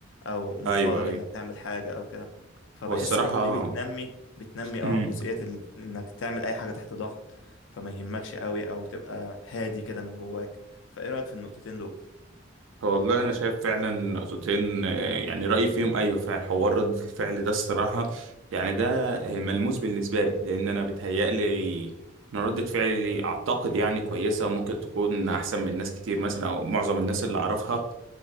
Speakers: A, on the left; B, on the right.
A: او مطالب
B: ايوه ايوه
A: انك تعمل حاجة او كده فبحس
B: هو الصراحه
A: برضو دي بتنمي بتنمي
B: مم.
A: اه جزئية ال... انك تعمل اي حاجة تحت ضغط فما يهمكش قوي او تبقى هادي كده من جواك فايه رأيك في النقطتين دول
B: هو والله انا شايف فعلا نقطتين آه، يعني رايي فيهم ايوه فعلا حوار رد الفعل ده الصراحه يعني ده آه، ملموس بالنسبه لي لان انا بتهيألي ان ردة فعلي اعتقد يعني كويسه وممكن تكون احسن من ناس كتير مثلا او معظم الناس اللي اعرفها